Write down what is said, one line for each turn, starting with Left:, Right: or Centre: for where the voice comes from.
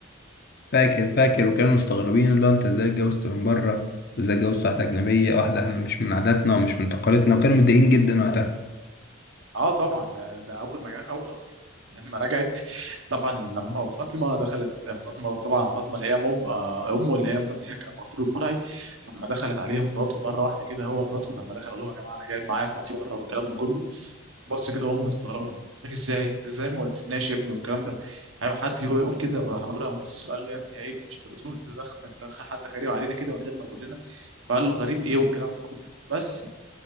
Left: فاكر فاكر وكانوا مستغربين اللي هو انت ازاي اتجوزت من بره وازاي اتجوزت واحده اجنبيه واحده احنا مش من عاداتنا ومش من تقاليدنا وكانوا متضايقين جدا وقتها
Right: اه طبعا ده ده اول ما جا- اول اصلا لما رجعت طبعا لما فاطمه دخلت فاطمه طبعا فاطمه اللي هي مم آه، امه اللي هي مرات الحاج ابو غفور البرعي لما دخلت عليه مراته مره واحده كده هو مراته لما دخل قال لهم يا جماعه انا جايب معايا مراتي بره والكلام ده كله بص كده امه مستغربه قلت لك ازاي إنت ازاي ما قلتلناش يا ابني والكام ده هيبقى حد يقول كده وراح ابوه راح بص له قال له يا ابني عيب مش من الاصول تدخل انت حد غريب علينا كده من غير ما تقول لنا فقال له غريب ايه والكلام ده كله بس